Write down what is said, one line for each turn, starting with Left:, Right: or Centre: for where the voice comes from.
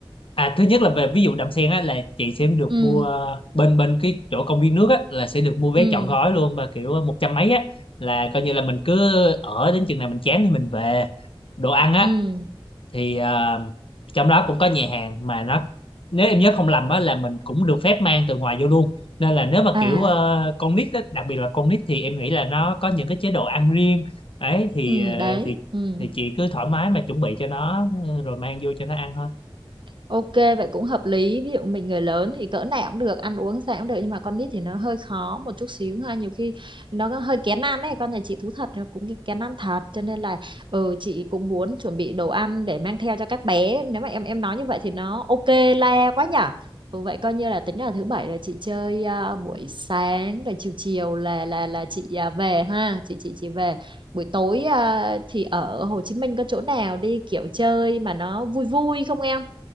Left: à thứ nhất là về ví dụ đầm sen á là chị sẽ được
Right: ừ
Left: mua bên bên cái chỗ công viên nước á là sẽ được mua vé
Right: ừ
Left: trọn gói luôn mà kiểu một trăm mấy á là coi như là mình cứ ở đến chừng nào mình chán thì mình về đồ ăn á
Right: ừ
Left: thì ờ, trong đó cũng có nhà hàng mà nó nếu em nhớ không lầm á là mình cũng được phép mang từ ngoài vô luôn nên là nếu mà
Right: à
Left: kiểu ờ, con nít á, đặc biệt là con nít thì em nghĩ là nó có những cái chế độ ăn riêng ấy thì
Right: ừ
Left: ờ,
Right: đấy
Left: thì
Right: ừ
Left: thì chị cứ thoải mái mà chuẩn bị cho nó ờ, rồi mang vô cho nó ăn thôi
Right: Ok, vậy cũng hợp lý. Ví dụ mình người lớn thì cỡ nào cũng được, ăn uống sao cũng được. Nhưng mà con nít thì nó hơi khó một chút xíu ha. Nhiều khi nó có hơi kén ăn ấy. Con nhà chị thú thật nó cũng kén ăn thật. Cho nên là ừ, chị cũng muốn chuẩn bị đồ ăn để mang theo cho các bé. Nếu mà em em nói như vậy thì nó ok le quá nhở. Ừ, vậy coi như là tính là thứ bảy là chị chơi à, buổi sáng rồi chiều chiều là là là chị à, về ha. Chị chị chị về. Buổi tối à, thì ở Hồ Chí Minh có chỗ nào đi kiểu chơi mà nó vui vui không em?